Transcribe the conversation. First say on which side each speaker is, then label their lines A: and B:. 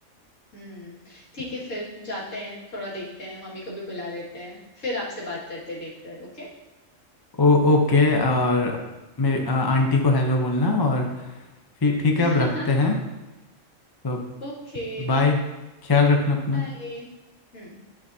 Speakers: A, on the left (about 70°); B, on the left (about 25°).
A: हम्म ठीक है फिर जाते हैं थोड़ा देखते हैं मम्मी को भी बुला लेते हैं फिर आपसे बात करते हैं देखकर ओके
B: ओ ओके और मेरे अ, आंटी को हेलो बोलना और फिर ठीक
A: <laughs>
B: है अब रखते हैं तो अब
A: ओके
B: बाय ख्याल रखना अपना
A: बाय हम्म